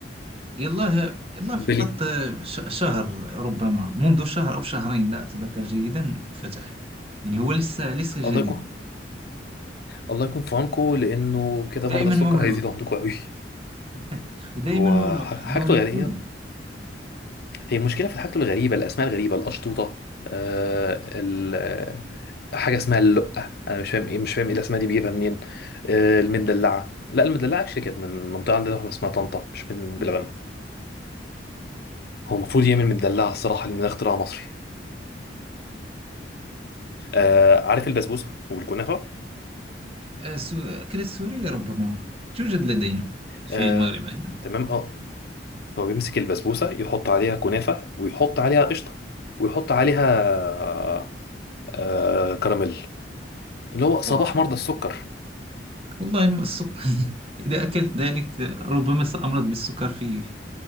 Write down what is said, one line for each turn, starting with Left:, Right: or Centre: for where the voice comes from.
Right: يلا يلا فقط
Left: بلي
Right: آه، ش- شهر ربما منذ شهر أو شهرين لا أتذكر جيدا فتح يعني هو لسه لسه
Left: الله
Right: جديد
Left: يكون الله يكون في عونكم لأنه كده
Right: ودائما
Left: مرضى السكر
Right: مولوع
Left: هيزيدوا عندكم قوي
Right: <laughs> ودائما
Left: هو
Right: مولوع
Left: ح- حاجته
Right: مولوع
Left: يعني
Right: كله
Left: هي مشكلة في حاجته الغريبة الأسماء الغريبة الأشطوطة آه ال... آه، حاجة اسمها اللقة أنا مش فاهم إيه مش فاهم إيه الأسماء دي بيجيبها منين آه المدلعة لا المدلعة actually كانت من منطقة عندنا اسمها طنطا مش من
Right: مم.
Left: بلبن هو المفروض يعمل مدلعه الصراحه لان ده اختراع مصري آه عارف البسبوسه والكنافه
Right: <laughs> آه، سو- أكلة سورية ربما توجد لدينا في
Left: آه
Right: المغرب أيضا
Left: تمام اه هو بيمسك البسبوسه يحط عليها كنافه ويحط عليها قشطه ويحط عليها آه كراميل اللي هو صباح
Right: آه.
Left: مرضى السكر
Right: والله الم- السكر <laughs> إذا أكلت ذلك ربما سأمرض بالسكر في